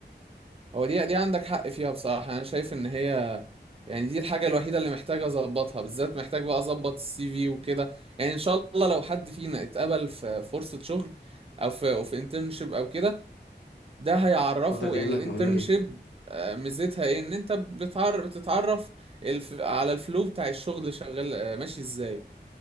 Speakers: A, on the right; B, on the left.
A: هو دي دي عندك حق فيها بصراحة انا شايف ان هي يعني دي الحاجة الوحيدة اللي محتاج اظبطها بالذات محتاج بقى اظبط السي في وكده يعني ان شاء الله لو حد فينا اتقبل في فرصة شغل او في او في انترنشيب او كده ده هيعرفه
B: الفتره دي
A: يعني
B: لعلمك
A: الانترنشيب
B: مهمه جدا
A: ميزتها ايه ان انت بتعرف بتتعرف الف... على الفلو بتاع الشغل شغال آه، ماشي ازاي